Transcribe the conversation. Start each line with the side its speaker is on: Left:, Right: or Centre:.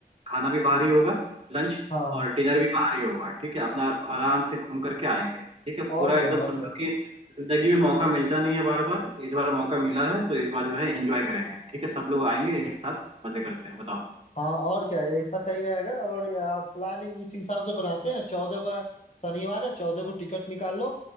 Right: खाना भी बाहर ही होगा लंच
Left: हाँ
Right: और डिनर भी बाहर ही होगा ठीक है अपना आराम से घूम करके आएंगे ठीक है पूरा
Left: और
Right: एकदम
Left: क्या और
Right: समझो
Left: क्या
Right: कि जिंदगी में मौका मिलता नहीं है बार बार इस बार मौका मिला है तो इस बार जो है एंजॉय करेंगे ठीक है सब लोग आएंगे एक साथ मजे करते हैं बताओ
Left: हाँ और क्या ऐसा सही रहेगा और या, प्लान इस हिसाब से बनाते हैं चौदह का शनिवार है चौदह को टिकट निकाल लो